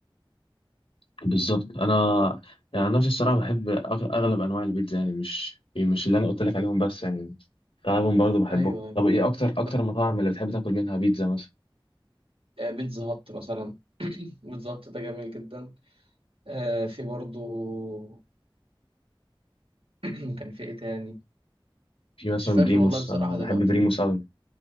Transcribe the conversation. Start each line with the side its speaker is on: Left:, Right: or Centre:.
Left: بالظبط انا يعني أنا نفسي الصراحه بحب أغ- اغلب انواع البيتزا يعني مش مش اللي انا قلت لك عليهم بس يعني اغلبهم برضو بحبهم
Right: ايوه أيوه.
Left: طب ايه اكتر اكتر
Right: طب
Left: مطاعم اللي بتحب تاكل منها بيتزا مثلا
Right: آه، بيتزا هات مثلا <clears throat> بيتزا هات ده جميل جدا آه، في برضو <clears throat> كان في ايه تاني
Left: في مثلا
Right: مش فاكر
Left: بريموس
Right: والله بصراحة
Left: انا
Right: دلوقتي
Left: بحب بريموس قوي